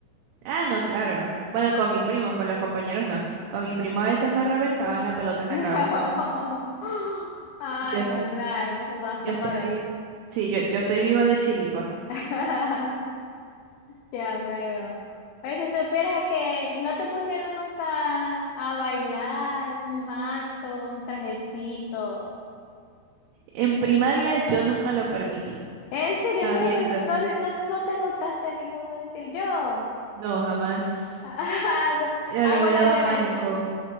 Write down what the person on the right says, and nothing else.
Ah, no, claro. Bueno, con mis primos, con los compañeros no. Con mis primos a veces me reventaban la pelota en la
cabeza.
Yo, s-
yo
estoy,
sí, yo, yo estoy viva de chiripa.
En primaria yo nunca lo permití.
A
mí eso,
no, jamás.
A
mí me
daba
pánico.